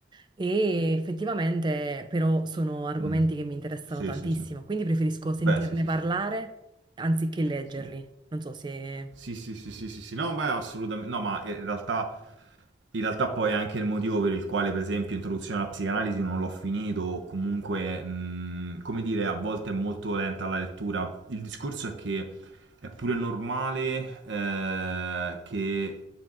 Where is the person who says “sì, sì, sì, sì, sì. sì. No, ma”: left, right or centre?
Right